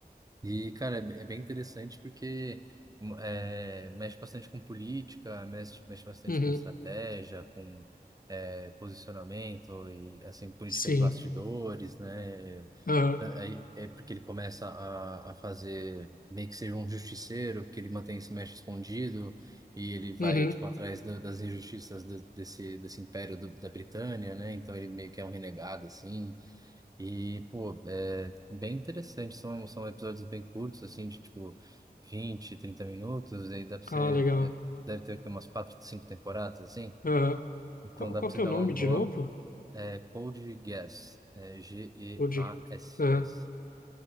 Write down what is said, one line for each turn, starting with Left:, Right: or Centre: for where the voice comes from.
Right: E, cara, é be- é bem interessante porque hum, é, mexe bastante com política, mexe, mexe bastante
Left: Uhum.
Right: com estratégia, com é, posicionamento e, assim, política
Left: Sim.
Right: de bastidores, né?
Left: Aham.
Right: Aí é porque ele começa a, a fazer meio que seja um justiceiro, porque ele mantém esse mestre escondido e ele vai
Left: Uhum.
Right: tipo atrás da- das injustiças de- desse desse império do- da Britânia, né? Então ele meio que é um renegado assim. E pô, é bem interessante. São são episódios bem curtos assim, de tipo 20 30 minutos. E aí dá pra
Left: Ah,
Right: você
Left: legal.
Right: é, deve ter aqui umas quatro, cinco temporadas assim.
Left: Aham.
Right: Então
Left: Qual,
Right: dá
Left: qual
Right: pra você
Left: que é
Right: dar
Left: o nome
Right: uma
Left: de
Right: boa
Left: novo?
Right: é, Code Geass, é, G-E-A-S-S.
Left: O de... Aham.